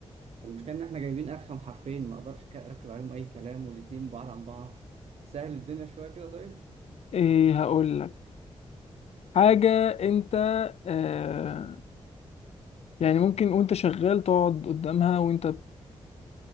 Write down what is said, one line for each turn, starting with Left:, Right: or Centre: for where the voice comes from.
Right: المشكلة إن إحنا جايبين أرخم حرفين ما أقدرش ك- أركب عليهم أي كلام والاتنين بعاد عن بعض سهل الدنيا شوية كده طيب
Left: إيه هقول لك حاجة أنت آه يعني ممكن وأنت شغال تقعد قدامها وأنت بت